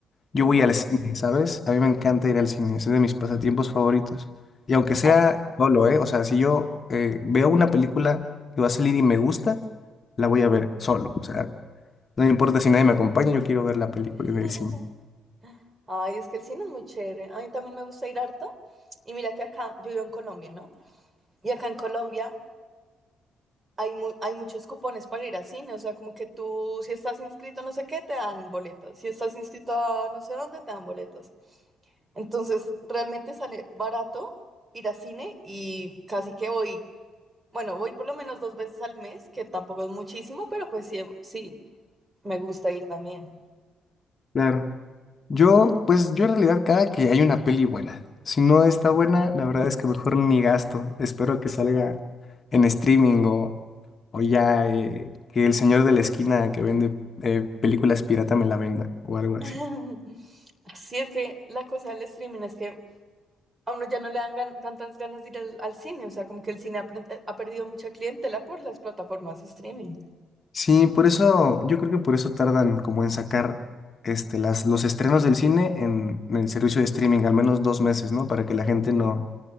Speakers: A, on the left; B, on the right.
A: Yo
B: Ujú.
A: voy al cine, ¿sabes? A mí me encanta ir al cine, es de mis pasatiempos favoritos. Y aunque sea
B: Ah,
A: solo, ¿eh? O sea, si yo eh, veo una película que va a salir y me gusta, la voy a ver solo. O sea, no me importa si nadie me acompaña, yo quiero ver la película
B: <laughs>
A: en el cine.
B: Ay, es que el cine es muy chévere. A mí también me gusta ir harto. Y mira que acá, yo vivo en Colombia, ¿no? Y acá en Colombia hay, mu- hay muchos cupones para ir al cine, o sea, como que tú, si estás inscrito a no sé qué, te dan boletos, si estás inscrito a no sé dónde, te dan boletos. Entonces, realmente sale barato ir al cine y casi que voy, bueno, voy por lo menos dos veces al mes, que tampoco es muchísimo, pero pues sí, sí, me gusta ir también.
A: Claro. Yo, pues yo en realidad cada que hay una peli buena. Si no está buena, la verdad es que mejor ni gasto. Espero que salga en streaming o, o ya eh, que el señor de la esquina que vende eh, películas pirata me la venda o algo así.
B: <laughs> Sí, es que la cosa del streaming es que a uno ya no le dan gan- tantas ganas de ir al, al cine, o sea, como que el cine ha, pre- ha perdido mucha clientela por las plataformas de streaming.
A: Sí, por eso, yo creo que por eso tardan como en sacar este, las, los estrenos del cine en, en el servicio de streaming, al menos dos meses, ¿no? Para que la gente no,